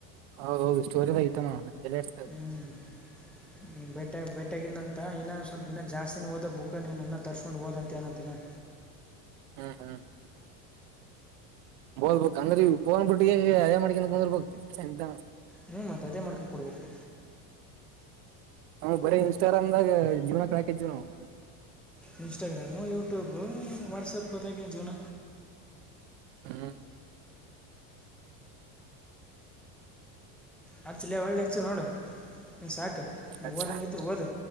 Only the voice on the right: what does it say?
ಹೌದ ಹೌದು ಸೋಟರಿ ಇಟ್ಟನವ ಹೈಲೆಟ್ಸ್
ಹಾಂ ಹಾಂ ಬೋದಬೇಕಕ್ ಅಂದರ್ ಪೋನ್ ಬಿಟ್ಟಿಗೆ ಅದೇ ಮಾಡ್ಕ ಕುಂದಿರ್ಬೇಕು ಚಂತಾನ
ಹ ಬರೀ ಇನ್ಸ್ಟಾಗ್ರಾಮದಾಗ ಜಿವ ಕ ಹಾಕಿದ್ವಿ ನಾವು
ಹ್ಮ
ಲಕ್ಷ